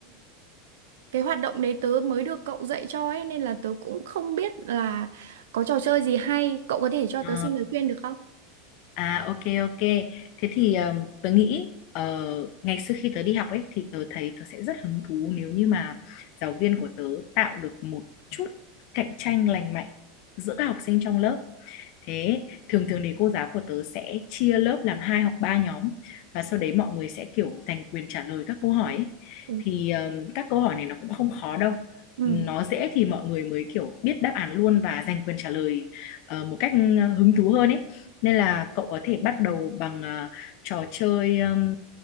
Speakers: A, on the right; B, on the left.
A: cái hoạt động đấy tớ mới được cậu dạy cho ấy nên là tớ cũng không biết là có trò chơi gì hay cậu có thể cho
B: Ờ,
A: tớ xin lời khuyên được không
B: À ok ok. Thế thì um, tớ nghĩ ờ, ngày xưa khi tớ đi học ấy thì tớ thấy tớ sẽ rất hứng thú nếu như mà giáo viên của tớ tạo được một chút cạnh tranh lành mạnh giữa các học sinh trong lớp. Thế thường thường thì cô giáo của tớ sẽ chia lớp làm hai hoặc ba nhóm và sau đấy mọi người sẽ kiểu giành quyền trả lời các câu hỏi ấy.
A: Ừ.
B: Thì ừm, các câu hỏi này nó cũng không khó đâu.
A: Ừ.
B: Nó dễ thì mọi người mới kiểu biết đáp án luôn và giành quyền trả lời ờ, một cách ừ, hứng thú hơn ấy. Nên là cậu có thể bắt đầu bằng ờ, trò chơi ừm,